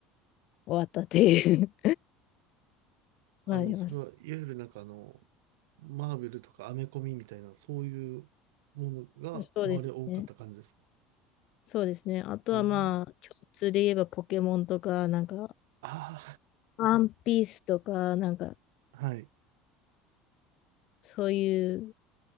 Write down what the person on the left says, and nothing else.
わったっていう <laughs>
のあります。
そうですね。そうですね。あとはまあ、
共通で言えばポケモンとか、なんか、
ワンピースとか、なんか、
そういう、